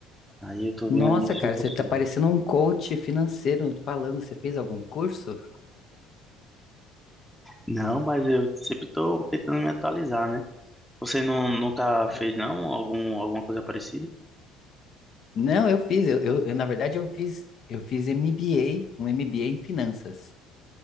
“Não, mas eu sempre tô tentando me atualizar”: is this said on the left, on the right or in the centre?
Centre